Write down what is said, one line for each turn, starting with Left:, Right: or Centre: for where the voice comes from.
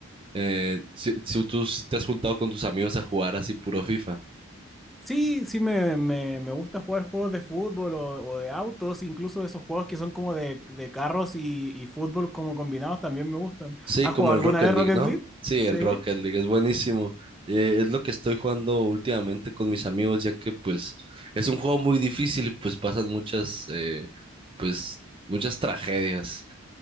Right: Eh, si, si tú sí te has juntado con tus amigos a jugar así puro FIFA.
Centre: Sí, sí, me, me, me gusta jugar juegos de fútbol o, o de autos, incluso esos juegos que son como de, de carros y, y fútbol como combinados también me gustan.
Right: Sí,
Centre: ¿Has
Right: como
Centre: jugado
Right: el
Centre: alguna
Right: Rocket
Centre: vez
Right: League,
Centre: Rocket
Right: ¿no?
Centre: League?
Right: Sí,
Centre: Sí.
Right: el Rocket League es buenísimo. Eh, es lo que estoy jugando últimamente con mis amigos, ya que pues es un juego muy difícil y pues pasan muchas, eh, pues muchas tragedias.